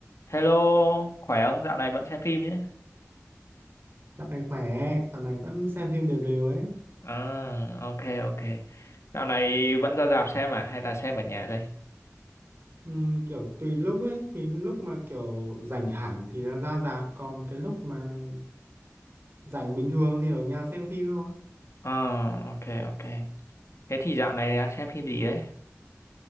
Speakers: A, on the left (about 65°); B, on the right (about 50°).
A: Hello, khỏe không? Dạo này vẫn xem phim nhé.
B: Dạo này khỏe, dạo này vẫn xem phim đều đều ấy.
A: À, ok, ok. Dạo này vẫn ra rạp xem à? Hay là xem ở nhà đây?
B: Ừm, kiểu tùy lúc ấy, thì lúc mà kiểu rảnh hẳn thì là ra rạp, còn cái lúc mà rảnh bình thường thì ở nhà xem phim thôi.
A: À, ok, ok. Thế thì dạo này đang xem phim gì đấy?